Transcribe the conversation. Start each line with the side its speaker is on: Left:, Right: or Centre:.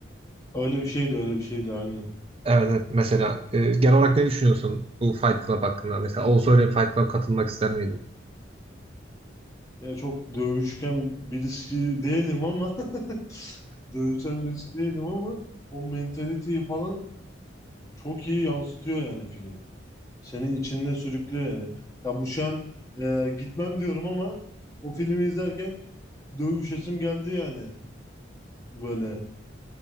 Left: öyle bir şeydi öyle bir şeydi aynen.
Right: Evet, evet. Mesela e, genel olarak ne düşünüyorsun bu Fight Club hakkında? Mesela olsa öyle bir Fight Club katılmak ister miydin?
Left: Ya çok dövüşken birisi değilim ama <laughs> dövüşen birisi değilim ama o mentaliteyi falan çok iyi yansıtıyor yani film. Seni içinde sürüklüyor yani. Ya bu şu an e, gitmem diyorum ama o filmi izlerken dövüşesim geldi yani böyle.